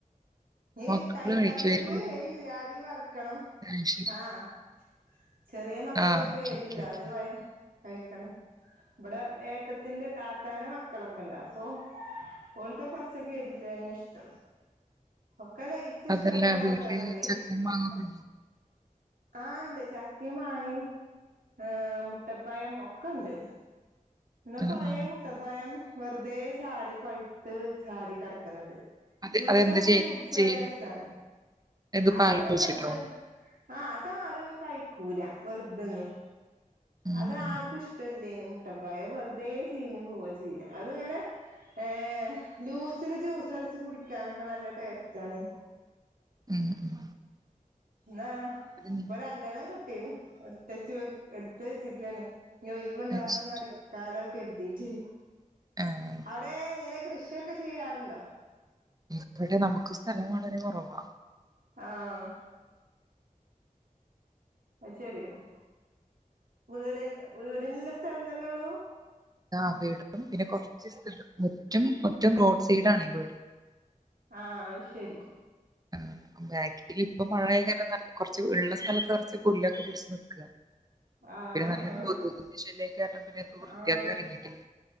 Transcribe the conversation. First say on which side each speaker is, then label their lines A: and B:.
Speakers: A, on the right; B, on the right.
A: ഇനി
B: മക്കള്
A: കഴിക്കാത്തോൽക്ക്
B: കഴിക്കുമായിരുന്നു
A: എരില്ലാതിം വർക്കണം.
B: ആ ശരി
A: ആഹ് ചെറിയ മക്കക്കൊക്കെ
B: ആ ഓക്കെ
A: എരില്ലാതിം
B: ഓക്കെ ഓക്കെ
A: വയ കഴിക്കണം. ഇവിടെ ഏട്ടത്തിന്റെ താത്താന്റെ മക്കളൊക്കെണ്ടാവും. പ്പൊ ഓൽക്കൊക്കെ കൊർച്ചൊക്കെ എരില്ലതന്നെഷ്ടം. ഒക്കെ ലൈസ് ഇഷ്ടപ്പെട്ണ
B: അതല്ല വീട്ടില്
A: ആൾക്കാരല്ലേ?
B: ചക്കയും മാങ്ങൊക്കെ ഉണ്ടോ
A: ആഹ് ഇണ്ട് ചക്കീം മാങ്ങീ ആഹ് മുട്ടപ്പയം ഒക്കെണ്ട്. ഇന്ന്
B: ആ,
A: കൊറെ
B: ആ.
A: മുട്ടപ്പയം വെർതെ ചാടി പഴുത്ത് ചാടി കെടക്ക്‌ണ്ണ്ട്.
B: അത്
A: ജ്യൂസ്
B: അതെന്താ
A: അടിച്ച്
B: ചെയ്യ
A: കുടിച്ച
B: ചെയ്യല്
A: രസാണ്
B: ഇത്
A: അതയ്ന്
B: പാൽ ഒഴിച്ചിട്ടോ
A: വെർതെ ആഹ് അതാരും കഴിക്കൂല വെറുതെന്നും.
B: ഉം,
A: അതാർക്കും
B: ഉം.
A: ഇഷ്ടല്ലേനും മുട്ടപ്പയം. അത് വെർതെ ചീഞ്ഞ് പോവാ ചെയ്യ. അത്ങ്ങനെ ഏഹ് ലൂസില് ജ്യൂസ് അടിച്ച് കുടിക്കാനൊക്കെ നല്ല ടേസ്റ്റാണ്.
B: ഉം.
A: ന്നാഹ്
B: അത് മീ
A: രണ്ടെണ്ണം കിട്ടീന്നു. ഇട്ത്തേച്ച് ഇട്ടുത്തേച്ക്കാണ് ഇനി ഒയ്വ്ണ്ടാാവുമ്പോന്നടി
B: അത് ശരി
A: ക്കാലോകര്തീട്ടെ.
B: ആഹ്
A: അവ്ടെ ഇങ്ങനെ കൃഷിയൊക്കെ ചെയ്യാറുണ്ടോ?
B: ഇവിടെ നമുക്ക് സ്ഥലം വളരെ കൊറവാ.
A: ആഹ്. അയ്ശരി. ഉം, വീട്ന് വീട്ന്ല്ല സ്ഥലം തന്നൊള്ളൂ?
B: ആഹ് വീടിനും പിന്നെ കൊറച്ച് സ്ഥലോം. മുറ്റം മുറ്റം റോഡ് സൈഡാണേ വീട്.
A: ആഹ് അയ്ശരി.
B: ആഹ് ബാക്കിൽ ഇപ്പ മഴയായ കാരണം കുറച്ച് ഉള്ള സ്ഥലത്ത് കുറച്ച് പുല്ലൊക്കെ പിടിച്ച് നിക്കുവാ
A: ആഹ്
B: പിന്നെ നല്ല കൊതുകിന്റെ ശല്യ കാരണം പിന്നെ അത് വൃത്തിയാക്കാൻ
A: ആഹ്
B: ഇറങ്ങിയിട്ടില്ല